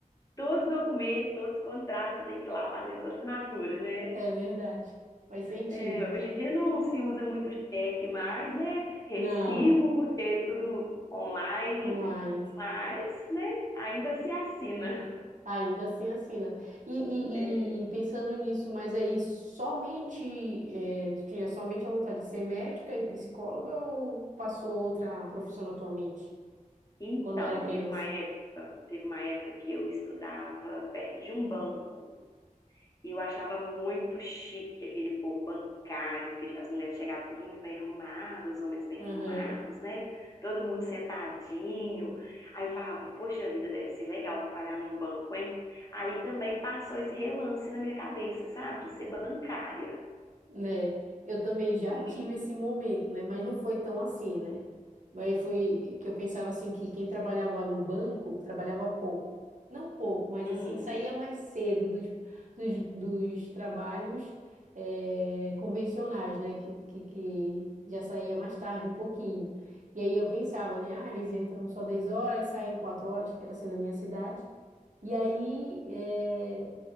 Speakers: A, on the left; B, on the right.
A: todos os documentos, todos os contratos, você tem que ir lá fazer sua assinatura, né?
B: É verdade. Faz sentido.
A: É, hoje em dia não se usa muito cheque mais, né? Recibo,
B: Não,
A: porque é tudo online,
B: online.
A: mas, né, ainda se assina.
B: Ainda assim assina. E,
A: É,
B: e- e pensando nisso, mas aí somente, eh, tu tinha somente a vontade de ser médica e psicóloga ou passou outra profissão atualmente,
A: Então,
B: quando era criança?
A: teve uma época, teve uma época que eu estudava perto de um banco e eu achava muito chique aquele povo bancário, porque as mulheres chegavam tudo muito bem arrumadas, os homens bem
B: Aham.
A: arrumados, né? Todo mundo sentadinho. Aí eu falava, poxa vida, deve ser legal trabalhar num banco, hein? Aí também passou esse relance na minha cabeça, sabe? De ser bancária.
B: né? Eu também já
A: <laughs>
B: tive esse momento, né? Mas não foi tão assim, né? Mas foi que eu pensava assim que quem trabalhava no banco trabalhava pouco. Não pouco, mas
A: Hum,
B: assim, saía mais cedo dos, dos, dos trabalhos eh, convencionais, né? Que, que, que já saía mais tarde um pouquinho. E aí eu pensava, né? Ah, eles entram só 10 horas, saem 4 horas, que era assim na minha cidade. E aí, eh,